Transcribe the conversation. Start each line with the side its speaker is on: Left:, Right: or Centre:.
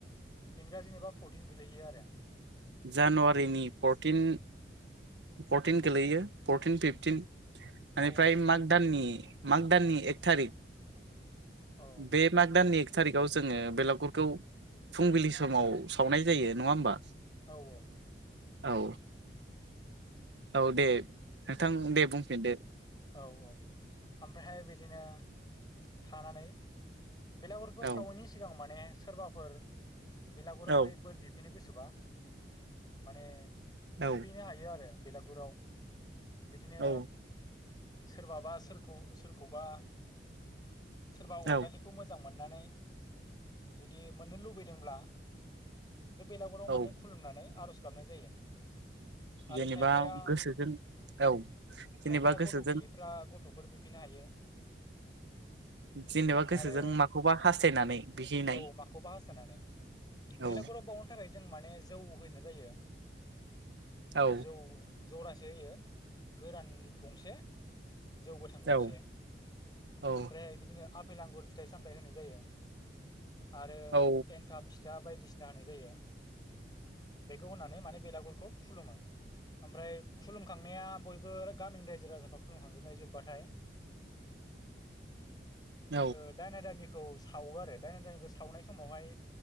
Left: इंराजिनिबा फरटिन गोलैहैयो आरो
Right: जानुवारिनि फरटिन फरटिन गोलैयो फरटिन फिफटिन बेनिफ्राय
Left: औ
Right: माग दाननि माग दाननि एक थारिख
Left: औ
Right: बे माग दाननि थारिखाव जोङो बेलागुरखौ फुंबिलि समाव सावनाय जायो नङा होमबा
Left: औ औ
Right: औ औ दे नोंथां दे बुंफिनदो
Left: औ औ ओमफ्रायहाय बिदिनो थानानै बेलागुरखौ
Right: औ
Left: सावैनि सिगां माने सोरबाफोर बेलागुरावहाय
Right: औ
Left: बोर बिफैनो गोसो बा माने
Right: औ
Left: बिफैनो हायो आरो बेलागुराव बिदिनो
Right: औ
Left: सोरबाबा सोरखौ सोरखौबा सोरबा अनजालिखौ
Right: औ
Left: मोजां मोननानै जुदि मोननो लुबैदोंब्ला बे बेलागुराव
Right: औ
Left: माने खुलुमनानै आर'ज गाबनाय जायो आरो
Right: जेनेबा
Left: खायफाया
Right: गोसोजों औ जेनेबा
Left: खायफाया
Right: गोसो
Left: गथ' गैयैफ्रा गथ'फोर बिफिननो हायो।
Right: जेनेबा गोसोजों
Left: आरो
Right: माखौबा हास्थायनानै बिहैनाय
Left: औ माखौबा हास्थायनानै बेलागुराव
Right: औ
Left: बाउनो थाखाय जों माने जौ होनाय जायो।
Right: औ
Left: जौ जरासो होयो गोरान गंसे जौ गोथां गंसे
Right: औ औ
Left: ओमफ्रायहाय बिदिनो आफेल आंगुर फिथाइ सामथाइ होनाय जायो आरो
Right: औ
Left: एनथाब फिथा फिथा बायदिसिना होनाय जायो बेखौ होनानै माने बेलागुरखौ खुलुमो। ओमफ्राय खुलुमखांनाया बयबो गामिनि रायजो राजा खुुमखांजोबनाय जोबबाथाय
Right: औ
Left: ओ दाइना दाइनि खौ सावो आरो दायना दायनिखौ सावनाय समावहाय